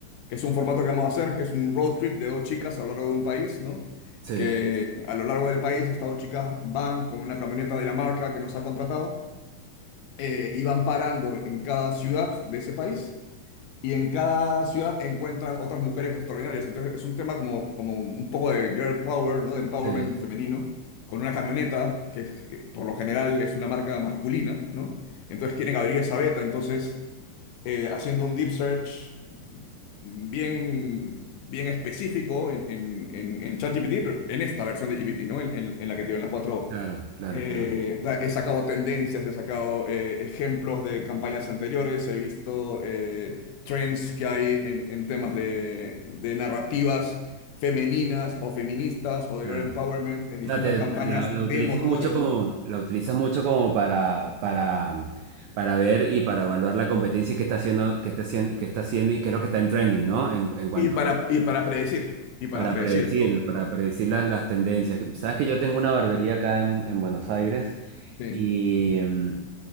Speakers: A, on the left (about 75°); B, on the right (about 90°).
A: que es un formato que vamos a hacer, que es un road trip de dos chicas a lo largo de un país, ¿no?
B: sí,
A: que a lo largo del país estas dos chicas van con una camioneta de la marca que nos ha contratado eh, y van parando en cada ciudad de ese país y en cada ciudad encuentran otras mujeres extraordinarias. Entonces es un tema como, como un poco de girl power, ¿no? De empowerment
B: sí,
A: femenino, con una camioneta que, que por lo general es una marca masculina, ¿no? Entonces quieren abrir esa beta, entonces eh, haciendo un deep search bien, bien específico en, en, en, en ChatGPT, pero en esta versión de GPT, ¿no? En, en- en la que te digo, en la 4.
B: claro, claro,
A: eh,
B: claro,
A: da- he sacado tendencias, he sacado eh, ejemplos de campañas anteriores, he visto eh, trends que hay en, en temas de, de narrativas femeninas o feministas o de
B: claro.
A: girl empowerment en distintas
B: sea, te-
A: campañas
B: la, la
A: de
B: utilizas
A: motores,
B: mucho como,
A: ¿no?
B: la utilizas mucho como para, para, para ver y para evaluar la competencia y qué está haciendo, qué está haciendo, qué está haciendo y qué es lo que está en trending, ¿no? En, en cuanto
A: Y para, y para predecir, y para
B: para
A: predecir
B: predecir,
A: lo otro,
B: para
A: ¿no?
B: predecir la- las tendencias. Sabes que yo tengo una barbería acá en, en Buenos Aires
A: Sí.
B: y mm,